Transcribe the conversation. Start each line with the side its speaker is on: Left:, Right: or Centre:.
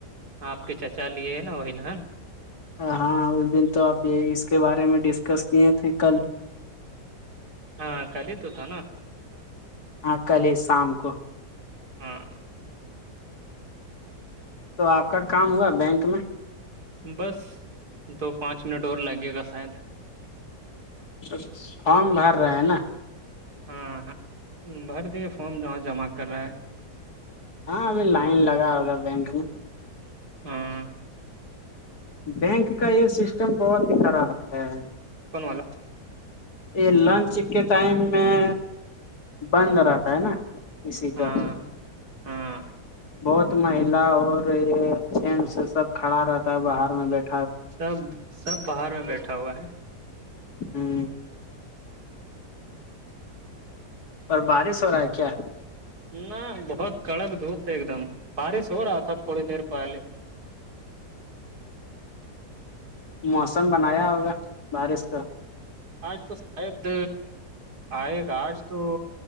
Right: آپ کے چاچا لیے ہے نا وہی ل ہےا
Left: ہاں اس دن تو آپ یہ اس کے بارے میں ڈسکس کیے تھے کل
Right: ہاں کل ہی تو تھا نا
Left: ہاں کل ہی شام کو
Right: ہاں
Left: تو آپ کا کام ہوا بینک میں
Right: بس دو پانچ منٹ اور لگے گا شاید
Left: تو فارم بھر رہے ہیں نا
Right: ہاں ہاں بھر دیے فارام جہاں جمع کر رہا ہے
Left: ہاں ابھی لائن لگا ہوگا بینک میں
Right: ہاں
Left: بینک کا یہ سسٹم بہت ہی خراب ہے
Right: کون والا
Left: یہ لنچ کے ٹائم میں بند رہتا ہے نا اسی کا
Right: ہاں ہاں
Left: بہت مہیلا اور جینٹس سب کھڑا رہتا ہے باہر میں بیٹھ
Right: سب سب باہر میں بیٹھا ہوا ہے
Left: ہوں اور بارش ہو رہا ہے کیا
Right: نہ بہت کڑک دھوپ ہے ایک دم بارش ہو رہا تھا تھوڑی دیر پہلے
Left: موسم بنایا ہوگا بارش کا
Right: آج تو شاید آئے گا آج تو